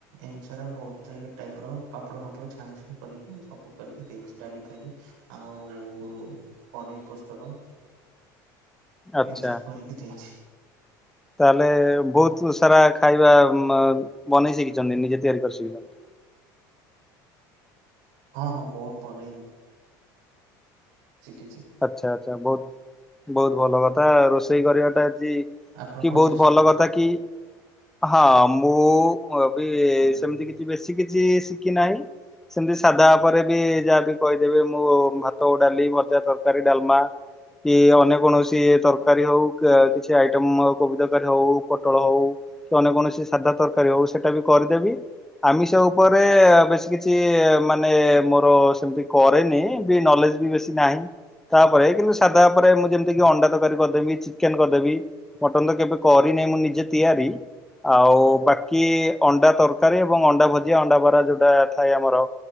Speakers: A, on the right; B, in the centre.
A: ଏମିତି ବହୁତ ଟାଇପ ର ପାପଡ ଫାପଡ ଛାଣା ଛାଣି କରିକି ସବୁ କରିକି ଦେଇଛି ଡାଲି ଫାଲି ଆଉ। ଆଉ ପନିର ପୁସ୍ତକ।
B: ଆଚ୍ଛା
A: ଏମିତି ସବୁ କରିକି ଦେଇଛି।
B: ତାହେଲେ ବହୁତ ସାରା ଖାଇବା ବନେଇ ଶିଖିଛନ୍ତି, ନିଜେ ତିଆରି କରି ଶିଖିଛନ୍ତି।
A: ହଁ ହଁ ବହୁତ ବନେ ଶିଖିଚି।
B: ଆଚ୍ଛା ଆଚ୍ଛା ବହୁତ ବହୁତ ଭଲ କଥା ରୋଷେଇ କରିବାଟା
A: ଆପଣ
B: କି
A: କଣ
B: ବହୁତ
A: ଶିଖିଛନ୍ତି?
B: ଭଲ କଥା କି? ହଁ! ମୁଁ ମୁଁ ଏ-ବି
A: ହୁଁ
B: ସେମତି କିଛି ବେଶୀ କିଛି ଶିଖି ନାହିଁ। ସେମିତି ସାଧା ପରେ ବି ଯାହା ବି କହିଦେବେ, ମୁଁ ଭାତ, ଡାଲି, ଭଜା, ତର କାରୀ, ଡାଲମା କି ଅନ୍ୟ କୌଣସି ତରକାରୀ ହଉ କିଛି ଆଇ ଟମ୍ କୋବି ତରକାରୀ ହଉ ପୋଟଳ ହଉ କି ଅନ୍ୟ କୌଣସି ସାଧା ତରକାରୀ ହଉ ସେଇଟା ବି କରିଦେବି। ଆମିଷ ଉପରେ ଆଉ ବେଶୀ କିଛି ମାନେ ମୋର ସେମିତି କରେନି ବି ନଲେଜ୍ ବି ବେଶି ନାଇଁ ତାପରେ କିନ୍ତୁ ସାଧା ଉପରେ ମୁଁ ଯେମିତିକି ଅଣ୍ଡା ତରକାରୀ କରିଦେବି, ଚିକେନ କରିଦେବି, ମଟନ ତ କେବେ କରିନି। ମୁ ନିଜେ ତିଆରି। ଆଉ ବାକି ଅଣ୍ଡା ତରକାରୀ ଏବଂ ଅଣ୍ଡା ଭଜିଆ, ଅଣ୍ଡା ବରା ଯୋଉଟା ଥାଏ ଆମର